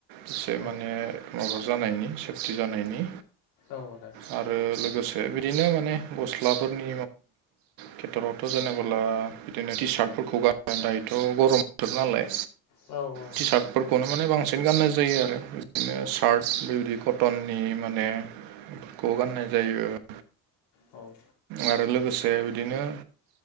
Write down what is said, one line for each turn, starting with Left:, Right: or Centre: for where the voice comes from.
Right: एसे
Left: औ
Right: माने माबा जानायनि सेफटि जानायनि।
Left: औ आदा
Right: ओ लोगोसे बिदिनो माने गस्लाफोरनि केेटरावथ' जेनेबोला बिदिनो टि सार्टफोरखौ गानो दायोथ' गरम बोथोर नालाय
Left: औ औ
Right: टि सार्टफोरखौनो माने बांसिन गाननाय जायो आरो बिदिनो सार्ट बेबायदि कथ कटननि मानेफोरखौ गाननाय जायो।
Left: औ
Right: आरो लोगोसे बिदिनो।